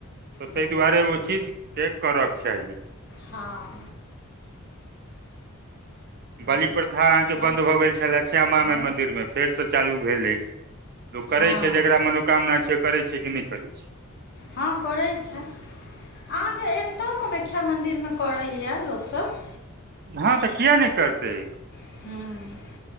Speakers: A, on the right; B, on the left.
A: तऽ
B: नहि
A: ताहि दुआरे
B: लऽ जेबै
A: ओ चीज <unintelligible> के करके चाही
B: हाँ।
A: बलि
B: नहि
A: प्रथा अहाँके
B: हम
A: बन्द भऽ गेल छलए श्यामा
B: हम
A: माइ मन्दिर मे फेर से चालू भेलै। लोक करै
B: हँ
A: छैय जकरा मनोकामना छैय ओ करै छैय कि नै करै छैय।
B: हह करै छैय। अहाँके एत्तौ कामख्या मन्दिर मे करैये लोकसब।
A: हाँ तऽ किया ने करतैक।
B: हुँ।